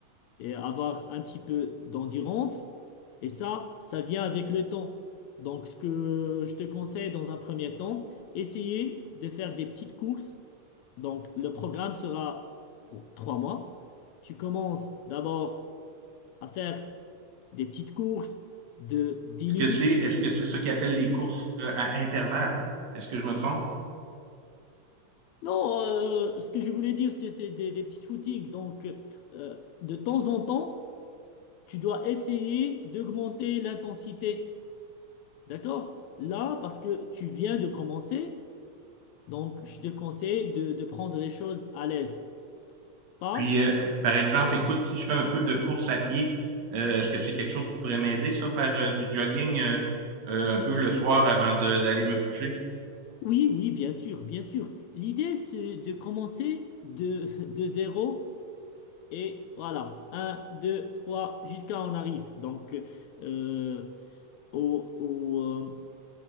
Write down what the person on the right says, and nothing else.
Est-ce
que c'est est-ce que c'est ça qu'ils appellent les courses, heu, à intervalles? Est-ce que je me trompe?
Puis, heu, par exemple, écoute, si je fais un peu de course à pied, heu, est-ce que c'est quelque chose qui pourrait m'aider ça, faire, heu, du jogging, heu heu, un peu le soir avant de d'aller me coucher?